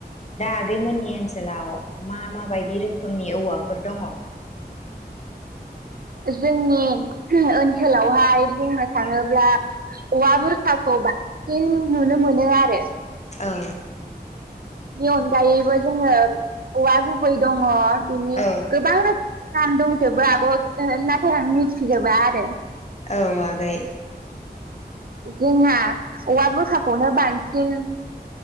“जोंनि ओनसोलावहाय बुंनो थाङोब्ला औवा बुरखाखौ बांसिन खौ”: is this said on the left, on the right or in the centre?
Right